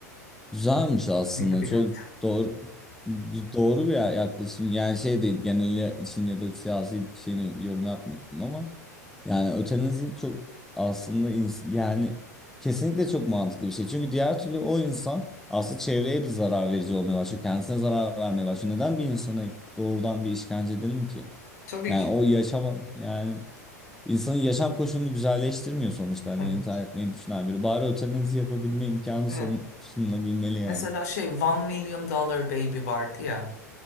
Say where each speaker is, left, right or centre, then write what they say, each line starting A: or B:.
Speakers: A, in the centre; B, on the left.
A: Güzelmiş aslında
B: Miydi bilemedim.
A: çok doğru doğru bir ya- yaklaşım yani şey değil genel için ya da siyasi şeyini yorum yapmıyorum ama yani ötenazi çok aslında ins- yani kesinlikle çok mantıklı bir şey çünkü diğer türlü o insan aslında çevreye bir zarar verici olmaya başlıyor kendisine zarar vermeye başlıyor neden bir insana doğrudan bir işkence edelim ki
B: Tabii
A: yani
B: ki.
A: o yaşama yani insanın yaşam koşulunu güzelleştirmiyor sonuçta hani
B: Evet.
A: intihar etmeyi düşünen biri bari ötenazi yapabilme imkanı
B: Evet.
A: sun- sunulabilmeli yani.
B: Mesela şey One Million Dollar Baby vardı ya.